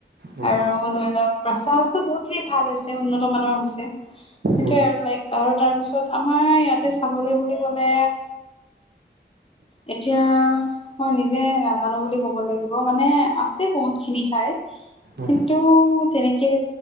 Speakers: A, on the right (about 65°); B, on the left (about 30°).
A: উম,
B: আৰু ধৰি লওক ৰাস্তা চাস্তা বহুত ভাল হৈছে, উন্নত মানৰ হৈছে। সেইটোয়ে
A: উম,
B: আৰু লাইক আৰু তাৰ পিছত আমাৰ ইয়াতে চাবলৈ বুলি কলে এতিয়া মই নিজে নাজানো বুলি ক'ব লাগিব। মানে আছে বহুত খিনি ঠাই
A: উম,
B: কিন্তু টো তেনেকৈ